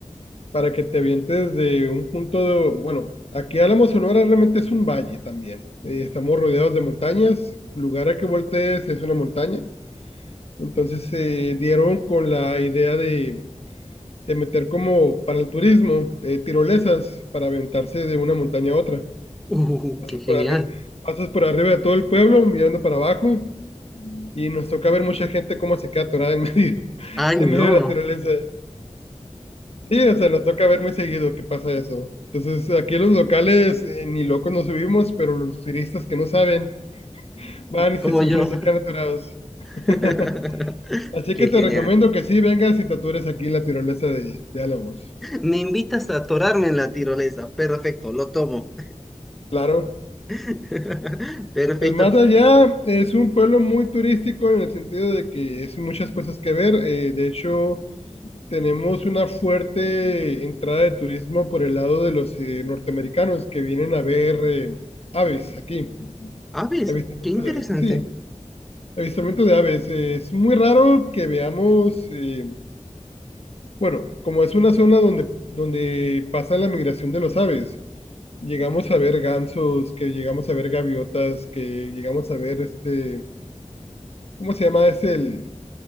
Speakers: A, on the left; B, in the centre.
A: para que te avientes de un punto, de- bueno, aquí Álamo Sonora realmente es un valle también. Eh, estamos rodeados de montañas, lugar a que voltees es una montaña. Entonces se dieron con la idea de, de meter como para el turismo eh, tirolesas para aventarse de una montaña a otra.
B: Uh,
A: Pasas
B: qué genial.
A: por arri- pasas por arriba de todo el pueblo mirando para abajo y nos toca ver mucha gente cómo se queda atorada en medio, <laughs>
B: Ay,
A: en
B: no,
A: medio de la tirolesa. Sí, o sea, nos toca ver muy seguido que pasa eso. Entonces, aquí los locales eh, ni locos nos subimos, pero los turistas que no saben van y se
B: como
A: <laughs> suben
B: yo.
A: y se quedan atorados. <laughs>
B: <laughs>
A: Así
B: Qué
A: que te
B: genial.
A: recomiendo que sí vengas y te atures aquí en la tirolesa de, de Álamos.
B: Me invitas a atorarme en la tirolesa. Perfecto, lo tomo.
A: Claro.
B: <laughs> Perfecto.
A: Pues más allá es un pueblo muy turístico en el sentido de que es muchas cosas que ver. eh, de hecho, tenemos una fuerte entrada de turismo por el lado de los eh, norteamericanos que vienen a ver eh, aves aquí.
B: Ah, ves,
A: Avistamiento
B: qué interesante.
A: de aves, sí. Avistamiento de aves. eh, es muy raro que veamos, eh, bueno, como es una zona donde, donde pasa la migración de los aves, llegamos a ver gansos, que llegamos a ver gaviotas, que llegamos a ver este, ¿cómo se llama? Es el,